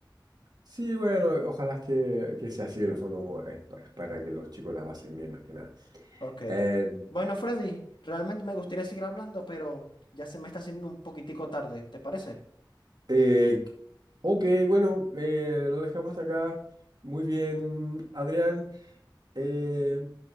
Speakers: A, on the right; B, on the left.
A: sí, bueno, ojalá que, que sea así, en el fondo es, pa- es para que los chicos la pasen bien, más que nada.
B: Ok.
A: Eh,
B: Bueno, Freddy, realmente me gustaría seguir hablando, pero ya se me está haciendo un poquitico tarde, ¿te parece?
A: eh, ok, bueno, eh, lo dejamos hasta acá. Muy bien, Adrián. Eh,